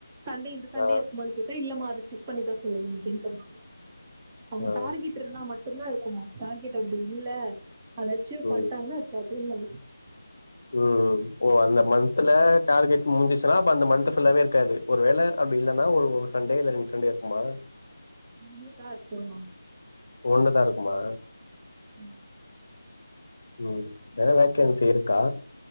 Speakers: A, on the right; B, on the left.
A: சண்டே இந்த சண்டே
B: ஆ
A: இருக்குமான்னு கே ட்ட இல்லமா அது செக் பண்ணிதா சொல்லணும் அப்டின் சொன்னாங்க அவங்க
B: ஆ
A: டார்கேட் டுரு இருந்தா மட்டும்தா இருக்குமா டார்கேட் அப்டி இல்ல அத அச்சிவ்
B: ம்
A: பண்ட்டாங்கனா இருக்காதுன்னாங்க <inaudible>
B: ம் ஓ அந்த மன்த்துல டார்கெட் முடிஞ்சுச்சுன்னா அப்ப அந்த மன்த் ஃபுல்லாவே இருக்காது ஒரு வேள அப்டி இல்லன்னா ஒரு ஒரு சண்டே இல்ல ரெண்டு சண்டே இருக்குமா
A: ஒன்னுதா இருக்கோணு
B: ஒன்னுதா இருக்குமா
A: ம்
B: ம் வேற வேக்கன்சி இருக்கா